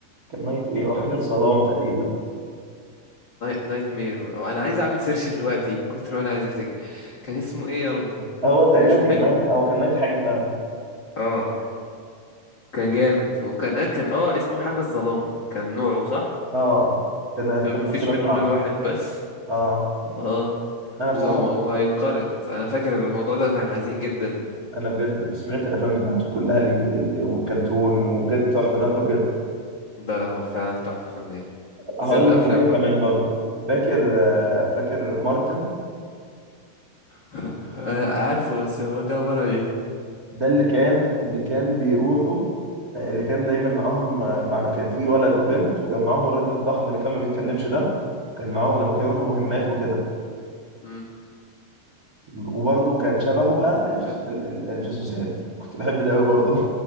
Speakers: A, on the right; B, on the left.
A: كان نايت ايه هو حاجه الظلام تقريبا
B: نايت مير اه انا عايز اعمل سيرش دلوقتي من كتر ما انا عايز افتكر كان اسمه ايه يا ربي
A: هو تقريبا
B: مش مهم
A: كان نايت هو كان نايت حاجه فعلا
B: اه كان جامد وكان آه، كان اه اسمه حاجة الظلام كان نوعه صح
A: اه كان
B: كان
A: دي
B: مفيش
A: الفصيله
B: منه
A: بتاعته
B: غير واحد بس
A: اه
B: اه
A: انا بصراحه
B: و- وهينقرض انا فاكر الموضوع ده كان حزين جدا
A: انا بجد سمعت الافلام بتاعته كلها الإنج... ال- والكرتون وبجد تحفه تحفه بجد
B: ده لا هو فعلا تحفة فنية
A: هقول
B: بالذات
A: لك
B: الأفلام
A: على حاجه كمان
B: برضه
A: برضو فاكر آه، فاكر مارتن
B: <laughs> آه، عارفه بس هو ده عبارة عن ايه
A: ده اللي كان اللي كان بيروحوا آه، اللي كان دايما معاهم آه، مع كان في ولد وبنت وكان معاهم الراجل الضخم اللي كان ما بيتكلمش ده كان معاهم لما كانوا يروحوا مهمات وكده
B: مم.
A: وبرده كان شبهه بقى
B: صدق
A: الجس... ال- ال- الجاسوسات كنت بحب ده قوي برضه